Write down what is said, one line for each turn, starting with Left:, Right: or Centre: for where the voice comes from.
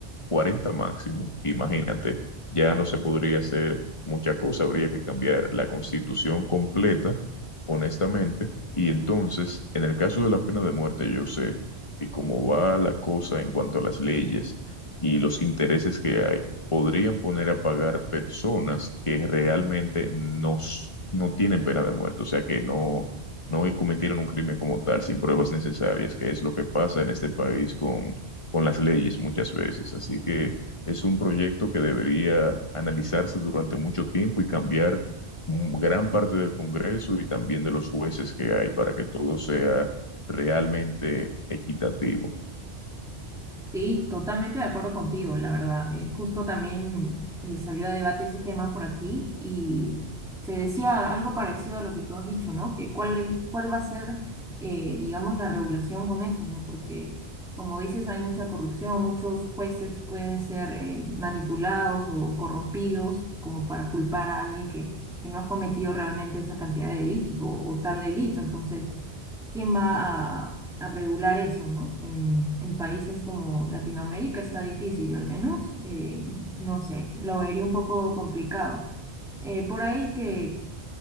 Left: 40 máximo, imagínate, ya no se podría hacer mucha cosa, habría que cambiar la constitución completa, honestamente, y entonces, en el caso de la pena de muerte, yo sé que como va la cosa en cuanto a las leyes y los intereses que hay, podrían poner a pagar personas que realmente no, s- no tienen pena de muerte, o sea que no, no cometieron un crimen como tal, sin pruebas necesarias, que es lo que pasa en este país con con las leyes muchas veces. Así que es un proyecto que debería analizarse durante mucho tiempo y cambiar mm, gran parte del Congreso y también de los jueces que hay para que todo sea realmente equitativo.
Centre: Sí, totalmente de acuerdo contigo, la verdad. Eh, justo también eh, salió a debate ese tema por aquí y se decía algo parecido a lo que tú has dicho, ¿no? Que cuál, el- cuál va a ser, eh, digamos, la regulación con eso, ¿no? Porque, como dices, hay mucha corrupción, muchos jueces pueden ser eh, manipulados o corrompidos como para culpar a alguien que, que no ha cometido realmente esa cantidad de delitos o, o tal delito. Entonces quién va a, a regular eso, ¿no? En, en países como Latinoamérica está difícil, al menos, eh, no sé, lo vería un poco complicado. Eh, por ahí que